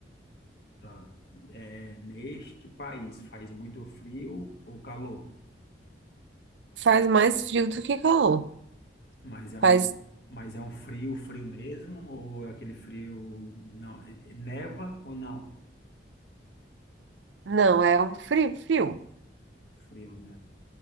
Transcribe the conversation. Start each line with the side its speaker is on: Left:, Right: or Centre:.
Left: Tá. É, neste país faz muito frio ou calor?
Right: Faz mais frio do que calor.
Left: Mas é
Right: Faz,
Left: um, mas é um frio, frio mesmo? Ou é aquele frio. Não, é- neva ou não?
Right: não, é um frio, frio.
Left: Frio, né?